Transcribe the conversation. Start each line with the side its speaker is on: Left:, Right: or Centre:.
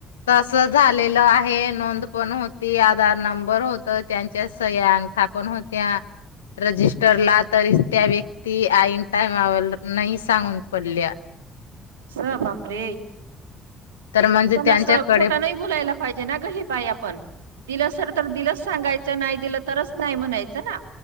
Left: तस झालेलं आहे नोंद पण होती आधार नंबर होत त्यांच्या सह्या अंगठा पण होत्या रजिस्टरला तरी त्या व्यक्ती आईन टाइमावर नाही सांगून पडल्या
Right: स बापे
Left: तर म्हणजे
Right: पण
Left: त्यांच्याकडे
Right: असं खोटं नाही बुलायला पाहिजे ना ग हे बा आपण दिल सर तर दिलच सांगायच नाही दिलं तरच नाही म्हणायचं ना